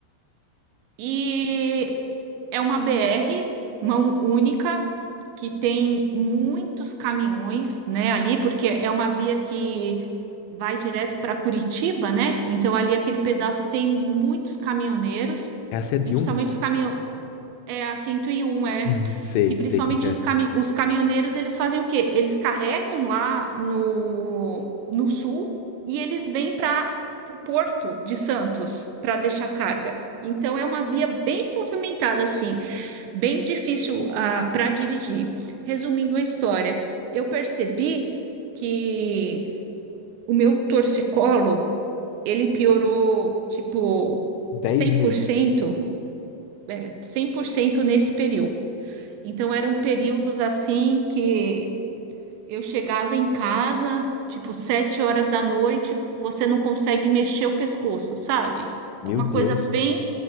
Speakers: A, on the right; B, on the left.
A: E é uma BR mão única que tem muitos caminhões, né, ali, porque é uma via que vai direto para Curitiba, né? Então ali aquele pedaço tem muitos caminhoneiros.
B: É a 7-1?
A: E principalmente os caminhões é a 101 é.
B: Uhum. Sei,
A: E principalmente
B: sei como que é.
A: os, cami os caminhoneiros, eles fazem o quê? Eles carregam lá no, no sul e eles vêm para o porto de Santos para deixar carga. Então é uma via bem movimentada, assim, bem difícil para dirigir. Resumindo a história, eu percebi que o meu torcicolo, ele piorou, tipo,
B: dez
A: 100%,
B: vezes.
A: é, 100% nesse período. Então eram períodos assim que eu chegava em casa, tipo sete horas da noite, você não consegue mexer o pescoço, sabe?
B: Meu
A: É uma
B: Deus.
A: coisa bem,